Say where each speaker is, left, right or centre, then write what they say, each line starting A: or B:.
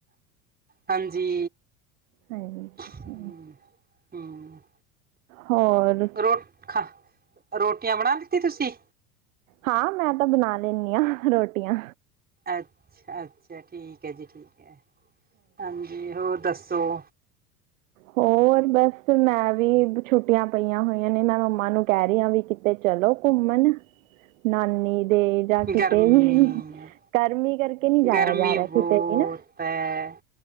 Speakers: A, on the right; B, on the right.
A: ਹਾਂਜੀ।
B: <unintelligible>
A: ਹੂੰ ਹੂੰ
B: ਹੋਰ
A: ਰੋ ਖਾ ਰੋਟੀਆਂ ਬਣਾ ਦਿੱਤੀ ਤੁਸੀਂ
B: ਹਾਂ ਮੈਂ ਤਾਂ ਬਣਾ ਲੇਨੀ ਆ ਰੋਟੀਆਂ।
A: ਅੱਛਾ- ਅੱਛਾ ਠੀਕ ਐ ਜੀ ਠੀਕ ਐ, ਹਾਂਜੀ ਹੋਰ ਦੱਸੋਂ।
B: ਹੋਰ ਬਸ ਮੈਂ ਵੀ ਛੁੱਟੀਆਂ ਪਈਆਂ ਹੋਈਆਂ ਨੇ ਮੈਂ ਮੰਮਾ ਨੂੰ ਕਹਿ ਰਹੀ ਹਾਂ ਵੀ ਕਿ ਤੇ ਚਲੋ ਘੁੰਮਣ,, ਨਾਨੀ ਤੇ ਜਾਂ ਕਿਤੇ
A: ਗਰਮੀ
B: ਵੀ, ਗਰਮੀ ਕਰਕੇ ਹੀ ਨੀਂ ਜਾਇਆਂ
A: ਗਰਮੀ
B: ਜਾ
A: ਬਹੁਤ
B: ਰਿਹਾਂ ਕਿੱਤੇ ਵੀ ਨਾ
A: ਹੈ